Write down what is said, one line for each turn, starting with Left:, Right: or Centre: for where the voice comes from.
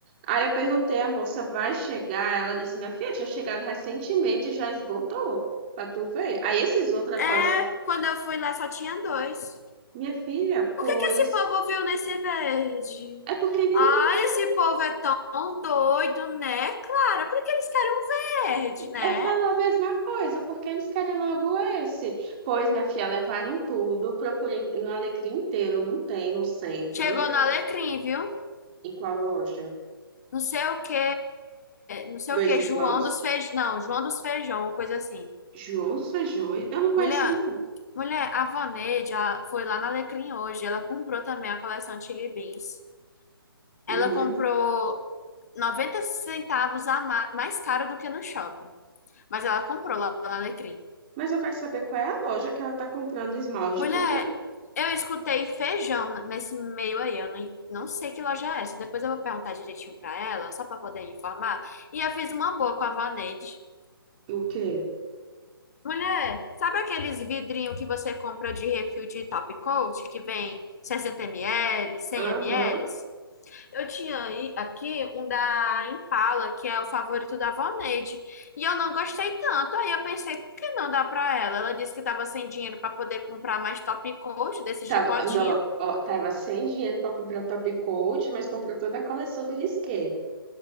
Right: Aí eu perguntei, a moça vai chegar? Ela disse, minha filha, tinha chegado recentemente, já esgotou, pra tu ver. Aí esses outros da
Left: É,
Right: coleção,
Left: quando eu fui lá só tinha dois.
Right: minha filha, pois.
Left: O que que esse povo viu nesse verde?
Right: É porque ele
Left: Ai,
Right: é lindo.
Left: esse povo é tão doido, né, Clara? Por que eles querem um verde, né?
Right: Eu falo a mesma coisa, porque eles querem logo esse. Pois, minha filha, levaram tudo. Procurei no Alecrim inteiro, não tem no centro,
Left: Chegou
Right: não tem.
Left: no Alecrim, viu?
Right: Em qual loja?
Left: Não sei o que, não sei
Right: Dois
Left: o que,
Right: irmãos?
Left: João dos Feijão, não, João dos Feijão, uma coisa assim.
Right: João dos Feijões? Eu não conheço,
Left: Mulher,
Right: não,
Left: mulher, a Voneide, ela foi lá na Alecrim hoje, ela comprou também a coleção de Chili Beans.
Right: menina.
Left: Ela comprou 90 centavos a ma- mais caro do que no shopping. Mas ela comprou lá lá na Alecrim.
Right: Mas eu quero saber qual é a loja que ela tá comprando esmalte,
Left: Mulher,
Right: porque...
Left: eu escutei feijão n- nesse meio aí. Eu não, en- não sei que loja é essa. Depois eu vou perguntar direitinho pra ela, só pra poder informar. E eu fiz uma boa com a Vaneide.
Right: O quê?
Left: Mulher, sabe aqueles vidrinhos que você compra de refil de Top Coat, que vem 60 ml, 100
Right: Aham.
Left: ml? Eu tinha aí- aqui um da Impala, que é o favorito da Voneide, e eu não gostei tanto. Aí eu pensei, por que não dar pra ela? Ela disse que tava sem dinheiro pra poder comprar mais top coat desses
Right: Tava,
Left: de potinho.
Right: não, ó, tava sem dinheiro pra comprar top coat, mas comprou toda a coleção do Risqué.